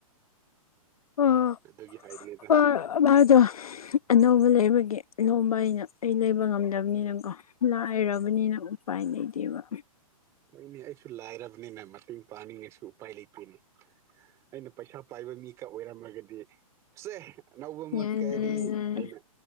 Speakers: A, on the left; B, on the right.
A: <unintelligible>
B: ꯑꯗꯨꯒꯤ ꯍꯥꯏꯕꯅꯤꯗ
A: ꯑꯅꯧꯕ ꯂꯩꯕꯒꯤ ꯂꯧꯕ ꯑꯩꯅ ꯑꯩ ꯂꯩꯕ ꯉꯝꯗꯝꯅꯤꯅꯀꯣ ꯂꯥꯏꯔꯕꯅꯤꯅ ꯎꯄꯥꯏ ꯂꯩꯇꯦꯕ
B: ꯍꯣꯏꯅꯦ ꯑꯩꯁꯨ ꯂꯥꯏꯔꯕꯅꯤꯅ ꯃꯇꯦꯡ ꯄꯥꯅꯤꯡꯉꯁꯨ ꯎꯄꯥꯏ ꯂꯩꯇꯦꯅꯦ ꯑꯩꯅ ꯄꯩꯁꯥ ꯄꯥꯏꯕ ꯃꯤꯀ ꯑꯣꯏꯔꯝꯃꯒꯗꯤ ꯁꯦ ꯑꯅꯧꯕꯃ
A: ꯌꯥꯔꯦ
B: ꯀꯔꯤ
A: ꯌꯥꯔꯦ
B: ꯍꯥꯏꯅ